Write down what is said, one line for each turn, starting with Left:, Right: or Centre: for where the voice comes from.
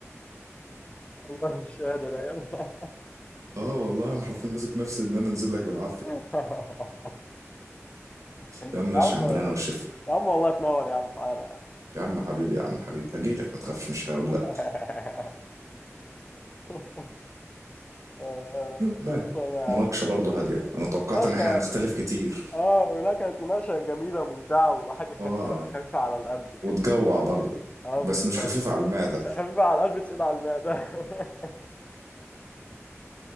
Left: والله مش قادر يا جدع
Right: اه والله انا حرفيا ماسك نفسي ان انا انزل لك بالعافيه
Left: <laughs> يا
Right: يا عم ماشي
Left: عم
Right: يا عم بالهنا والشفا
Left: يا عم والله تنور يا عم تعالى يا
Right: يا عم حبيبي يا عم حبيبي هجي لك ما تخافش مش هقول
Left: عم
Right: لا
Left: <laughs> آه،
Right: ماشي
Left: مصطفى يا
Right: مناقشه
Left: عم.
Right: برضه هاديه انا توقعت
Left: ماشي
Right: ان احنا هنختلف كتير
Left: اه لا كانت مناقشة جميلة وممتعة وحاجة خفيفة
Right: اه
Left: خفيفة على القلب كده
Right: وتجوع برضه
Left: اه
Right: بس
Left: بالظبط
Right: مش خفيفه على المعده
Left: خفيفة على القلب تقيلة على المعدة <laughs>